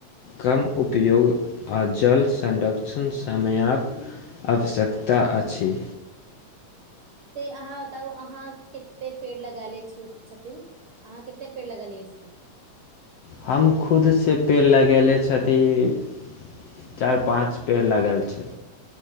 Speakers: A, on the left; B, on the right.
A: कम उपयोग आ जल संरक्षण समयक आवश्यकता अछि।
B: ते अहाॅं बताउ अहाॅं केते पेड़ लगा लय छिय छथिन, अहाॅं केते पेड़ लगेलिये छियै? <inaudible>
A: हम खुद से पेड़ लगयले छथि चारि पांच पेड़ लागल छै।